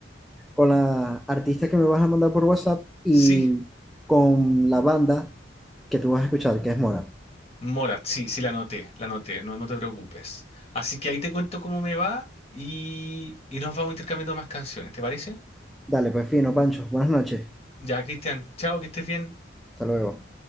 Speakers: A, in the centre; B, on the left.
A: con la artista que me vas a mandar por WhatsApp y
B: Sí,
A: con la banda que tú vas a escuchar, que es Mora.
B: Morat, sí, sí la noté, la noté, no, no te preocupes. Así que ahí te cuento cómo me va y, y nos vamos intercambiando más canciones, ¿te parece?
A: Dale, pues fino, Pancho. Buenas noches.
B: Ya, Cristian, chao, que estés bien.
A: Hasta luego.